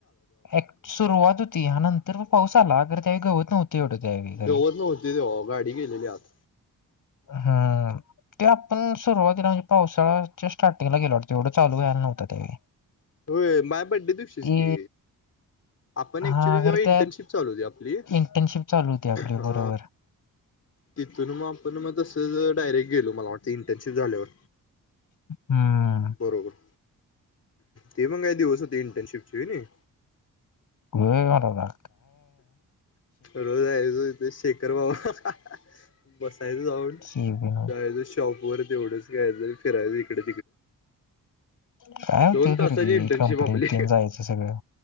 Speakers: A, on the left; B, on the left.
A: एक सुरुवात होती हा नंतर मग पाऊस आला अगर त्यावेळी गवत तेवढं त्यावेळी खरं
B: गवत
A: आहे
B: नव्हती तेव्हा गाडी गेलेली आत
A: हा ते आपण सुरुवातीला म्हणजे पावसाळच्या स्टार्टिंगला गेलो वाटतं तेवढं चालू व्हायला नव्हतं त्यावेळी
B: होय माझ्या बड्डे दिवशीस
A: ते
B: की आपण
A: हा
B: ऍक्च्युली जेव्हा
A: खर
B: इंटर्नशिप
A: त्यात
B: चालू होती आपली
A: इंटर्नशिप चालू होती आपली
B: हा
A: बरोबर
B: तिथून मग आपण मग तस डायरेक्ट गेलो मला वाटंत इंटर्नशिप झाल्यावर
A: हम्म
B: बरोबर ते पण काय दिवस होते इंटर्नशिपची होय नाई.
A: होय मर्दा.
B: रोज जायाचं तो शेखर बाबा बसायचं जाऊन
A: केविन
B: जायचं शॉप वर तेवढंच काय तरी फिरायच इकड
A: काय होते
B: दोन
A: खरेदी
B: तासाची इंटर्नशिप
A: कंपनी
B: आपली
A: जायचं सगळं.